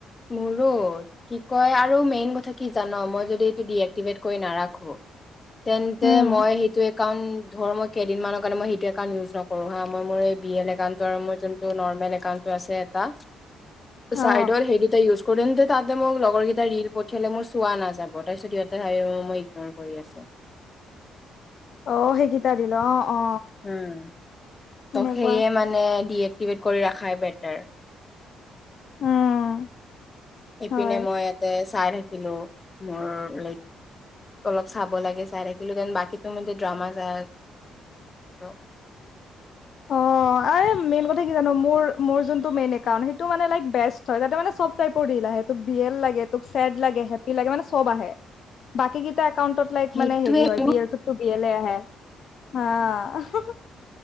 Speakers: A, on the left (about 25°); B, on the left (about 60°).
A: মোৰো কি কয় আৰু মেইন কথা কি জান মই যদি এইটো ডিএকটিভেট কৰি নাৰাখো তেন্তে
B: উম
A: মই সেইটো একা- একাউণ্ট ধৰ মই কেইদিনমানৰ কাৰণে মই সেইটো একাউণ্ট ইউজ নকৰোঁ হা মই মোৰ এই বিয়েৰ একাউণ্টৰ মোৰ যোনটো নৰ্মেল একাউণ্টটো আছে এটা চাইদৰ
B: অ
A: সেই কেইটা ইউজ কৰেন্তে তাতে মোক লগৰকেইটাই ৰিল পঠিয়ালে মোৰ চোৱা নাযাব তাৰপিছত সিহঁততে ভাব মই ইগনৰ কৰি আছোঁ।
B: অ সেইগেইটা ৰিল অ অ
A: উম
B: সেনেকুৱা
A: ত সেয়ে মানে ডিএক- কটিভ কৰি ৰাখাই বেটাৰ।
B: উম
A: ইপিনে
B: হয়
A: মই ইয়াতে চাই থাকিলো, মোৰ লাইক অলপ চাব লাগে চাই থাকিলো, দেন বাকী তো মে ড্ৰামা চাই ক
B: অ আই মেইন কথা কি জান, মোৰ মোৰ যোনটো মেইন একাউণ্ট সেইটো মানে লাইক বেষ্ট। হয় তাতে মানে চব তাই পৰ ৰিল লাহে। ত বিয়েল লাগে, তোক ছেড লাগে, হেপি লাগে মানে চব আহে, বাকীকেইটা হন্তোষ লাইফ
A: সেইটোৱে
B: মানে হেৰি হয়,
A: মোৰো।
B: বিয়েলটো বিয়েলে আহে, হা হা হা